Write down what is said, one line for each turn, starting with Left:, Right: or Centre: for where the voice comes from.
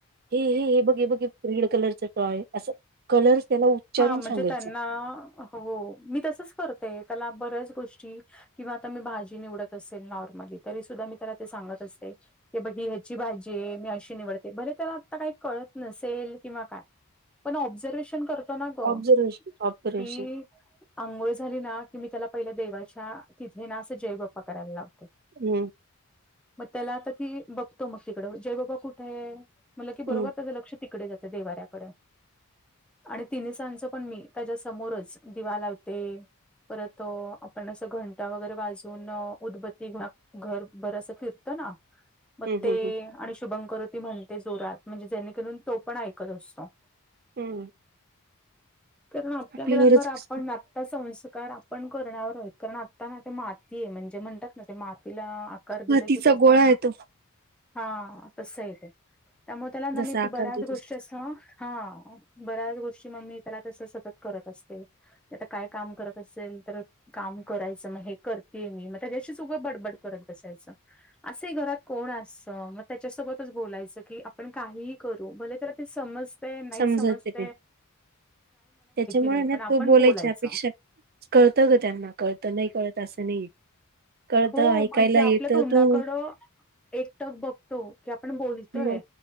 Right: हे हे हे बघ बघ रेड कलरचा टॉय असं कलरस त्याला उच्चारून
Centre: हा म्हणजे
Right: सांगत
Centre: त्यांना
Right: जा.
Centre: हो मी तसच करतेय. त्याला बऱ्याच गोष्टी किंवा आता मी भाजी निवडत असेल नॉर्मली तरी सुद्धा मी त्याला ते सांगत असते ते बघ ह्याची भाजी मी अशी निवडते भले त्याला आता काही कळत नसेल किंवा काय पण ऑब्झर्वेशन करतो ना ग
Right: ऑब्झर्वेशन ऑब्झर्वेशन
Centre: की आंघोळ झाली ना की मी त्याला पहिलं देवाच्या तिथे ना असं जय बप्पा करायला लावते
Right: हम्
Centre: मग त्याला आता ती बघतो मग तिकडं जय बाबा कुठे आहे म्हणलं की बरोबर
Right: हम्म
Centre: त्याचं लक्ष तिकडे जाते देवाऱ्याकडे आणि तिन्ही सांचं पण मी त्याच्या समोरच दिवा लावते परत आपण असं घंटा वगैरे वाजून उदबत्ती घरभर असं फिरतो ना
Right: <inaudible>
Centre: मग ते
Right: हम्म.
Centre: आणि शुभंकरोति म्हणते जोरात म्हणजे जेणेकरून तो पण ऐकत असतो
Right: हम्म
Centre: कारण आपल्या
Right: आपल्यावरच
Centre: मुलांवर आपण
Right: असतो
Centre: <inaudible> संस्कार आपण करण्यावर आहेत कारण आता ना ते माती आहे म्हणजे म्हणतात ना ते मातीला कार दिलं
Right: मातीचा
Centre: कि त्याचा
Right: गोळा येतो
Centre: हा तस आहे ते त्यामुळे त्याला न
Right: जसा
Centre: मी
Right: आकार
Centre: बऱ्याच
Right: देऊ
Centre: गोष्टी
Right: तस
Centre: अस हा बऱ्याच गोष्टी मम्मी त्याला तस सतत करत असते ते आता काय काम करत असेल तर काम करायचं मग हे करतेये मी म त्याच्याशी सु उगं बडबड करत बसायचं असे घरात कोण असतं मग त्याच्यासोबतच बोलायचं की आपण काही करू भले तर ते समजते नाही
Right: समजत
Centre: समजते
Right: ते नाही त्याच्यामुळे
Centre: नाही
Right: ना
Centre: पण आपण
Right: तो बोलायची
Centre: बोलायचं.
Right: अपेक्षा कळतं ग त्यांना कळतं नाही कळत असं नाही कळत
Centre: हो
Right: ऐकायला
Centre: म्हणजे
Right: येत
Centre: आपल्या तोंडाकडं
Right: तू
Centre: एकटक बघतो की आपण बोलतोय
Right: मग